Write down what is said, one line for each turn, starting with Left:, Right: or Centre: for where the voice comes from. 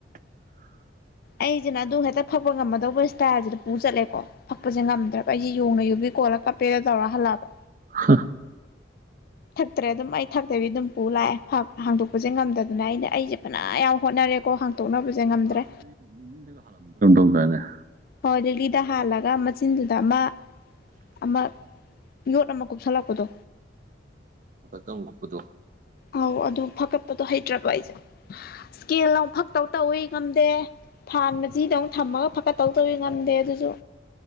Right: <unintelligible> <inaudible>
Left: ꯑꯩꯁꯤꯅ ꯑꯗꯨ ꯍꯦꯛꯇ ꯐꯛꯄ ꯉꯝꯃꯗꯧꯕ ꯏꯁꯇꯥꯏꯜꯁꯤꯗ ꯄꯨ ꯆꯠꯂꯦꯀꯣ ꯐꯛꯄꯁꯦ ꯉꯝꯗ꯭ꯔꯕ ꯑꯩꯁꯦ ꯌꯣꯡꯅ ꯌꯨꯕꯤ ꯀꯑꯣ ꯀꯣꯂ ꯀꯞꯄꯦꯔ ꯇꯧꯔꯥ ꯍꯜꯂꯑꯕ
Right: ꯍ <unintelligible> <inaudible>
Left: ꯊꯛꯇ꯭ꯔꯦ ꯑꯗꯨꯝ ꯑꯩ ꯊꯛꯇꯕꯤ ꯑꯗꯨꯝ ꯄꯨ ꯂꯥꯛꯑꯦ ꯍꯥꯡꯗꯣꯛꯄꯁꯨꯦ ꯁꯦ ꯉꯝꯗꯅ ꯑꯩꯅ ꯑꯩꯁꯦ ꯐꯅ ꯌꯥꯝ ꯍꯣꯠꯅꯔꯦꯀꯣ ꯍꯥꯡꯇꯣꯛꯅꯕꯁꯦ ꯉꯝꯗ꯭ꯔꯦ
Right: ꯍꯗꯅꯦꯦ
Left: ꯍꯣꯏ ꯗꯦꯂꯤꯗ ꯍꯥꯜꯂꯒ ꯃꯆꯤꯟꯗꯨꯗ ꯑꯃ ꯑꯃ ꯌꯣꯠ ꯅꯃ ꯀꯨꯞꯁ ꯂꯥꯛꯄꯗꯣ
Right: ꯎ ꯑ ꯇ ꯀꯄꯗꯣ
Left: ꯑꯧ ꯑꯗꯨ ꯐꯒꯠꯄꯗꯣ ꯍꯩꯇ꯭ꯔꯕ ꯑꯩꯁꯦ ꯏꯁꯀꯦꯜ ꯑꯃ ꯐꯛꯇꯧ ꯇꯧꯋꯤ ꯉꯝꯗꯦ ꯐꯥꯟꯕꯁꯤꯗ ꯑꯃꯨꯛ ꯊꯝꯃꯒ ꯐꯀꯠ ꯇꯧꯗꯧꯤ ꯉꯝꯗꯦ ꯑꯗꯨꯁꯨ